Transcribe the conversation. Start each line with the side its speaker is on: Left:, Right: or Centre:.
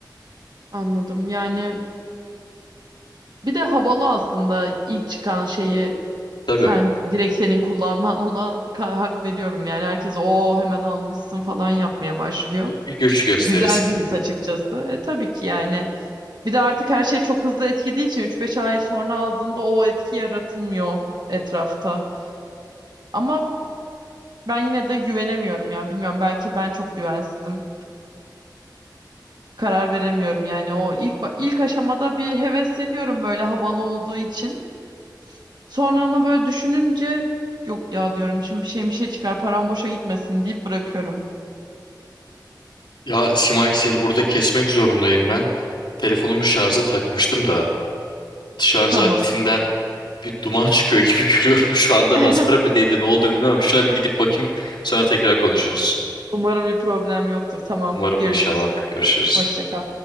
Right: anladım. Yani bir de havalı aslında ilk çıkan şeyi
Left: Tabii
Right: sen direkt senin kullanman ona ka- hak veriyorum yani. Herkes o hemen almışsın falan yapmaya başlıyor.
Left: bir göç gösterisi.
Right: Güzel bir his açıkçası. E tabii ki yani. Bir de artık her şey çok hızlı eskidiği için üç beş ay sonra aldığında o etki yaratılmıyor etrafta. Ama Ben yine de güvenemiyorum ya. Bilmiyorum belki ben çok güvensizim. Karar veremiyorum yani o ilk ba- ilk aşamada bir hevesleniyorum böyle havalı olduğu için. Sonra ama böyle düşününce yok ya diyorum şimdi bir şey bir şey çıkar param boşa gitmesin deyip bırakıyorum.
Left: Ya Simay seni burada kesmek zorundayım ben. Telefonumu şarja takmıştım da. şarj
Right: Tamam.
Left: aletinden bir duman çıkıyor gibi <laughs> görüyorum şu anda.
Right: <laughs>
Left: Nazar mı değdi, ne oldu bilmiyorum. Şuna bir gidip bakayım, sonra tekrar konuşuruz.
Right: Umarım bir problem yoktur. Tamam.
Left: Umarım
Right: Görüşürüz.
Left: inşallah. Görüşürüz.
Right: Hoşça kal.